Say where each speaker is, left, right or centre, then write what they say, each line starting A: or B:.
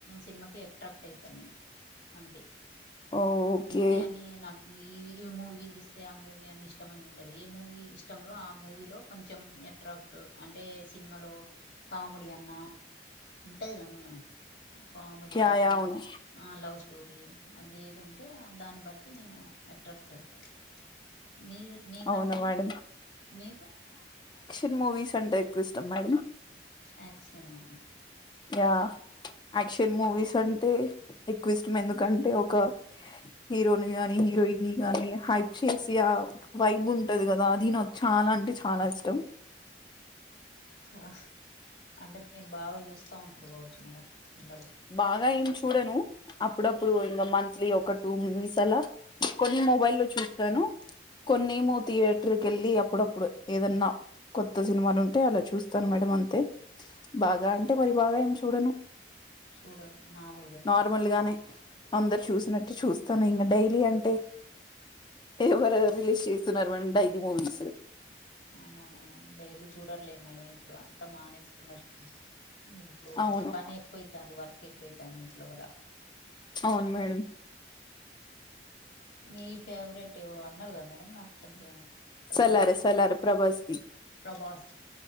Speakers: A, on the left; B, on the left.
A: సినిమాకి ఎట్రాక్ట్ అయితాను నేను అంతే
B: ఓకే.
A: మూవీ అని నాకు ఈ మూవీ చూస్ అతే ఆ మూవీ అని ఇష్టం అని ఉండదు ఏ మూవీ ఇష్టంలో ఆ మూవీలో కొంచెం ఎట్రాక్ట్ అంటే సినిమాలో కామెడీ అన్న ఉంటది కద మేడం కామెడీ
B: యా యా అవును.
A: అ లవ్ స్ స్టోరి అది ఏది ఉంటే దాన్ని బట్టి నేను ఎట్రాక్ట్ అవుతాను మీ మీకంటే
B: అవును మేడం.
A: మీకు
B: న్ మూవీస్ అంటే ఎక్కువ ఇష్టం మేడం
A: యాక్షనా
B: ఆ యాక్షన్ మూవీస్ అంటే ఎక్కువ ఇష్టం ఎందుకంటే ఒక హీరోని గానీ హీరోయిన్ గాని హైప్ చేసి ఆ వైబ్ ఉంటది కదా అది నాకు చాన అంటే చాల ఇష్టం
A: ఛ అంటే మీరు బాగ చూస్తా ఉంటారు కావచ్చు మీనా సినిమాల్
B: బాగ ఏమ్ చూడను అప్పుడప్పుడు ఇంకా మంత్లీ ఒక టూ మవస్ అలా కొన్ని మొబైల్ లో చూస్తాను కొన్ని ఏమో థియేటర్కి వెళ్ళి అప్పుడప్పుడు ఏదన్న కొత్త సినిమాలు ఉంటే అలా చూస్తాను మేడం అంతే బాగా అంటే మరి బాగ ఏం చూడను
A: చూడరు మాముల్గా
B: నార్మల్ గానే అందరు చూసినట్టు చూస్తాను ఇంకా డైలీ అంటే ఎవరు రిలీజ్ చేస్తున్నారు మేనడం డైలీ మూవీస్
A: అవునా మేడం డైలీ చూడర్లే మేడం ఇప్పుడు అంతా మానేసుకున్నారు ఇప్పుడు
B: అవును
A: పని ఎక్కువైతుంది వర్క్ ఎక్కు కొ తన ఇంచలుగంద
B: వు మేడం
A: మీ ఫేవరెట్వ అన్నర్గాా మేడం నాకు కొంచెం అర్థం
B: సలారే
A: కాదు
B: సల్ార ప్రభాస్
A: ప్రభాస్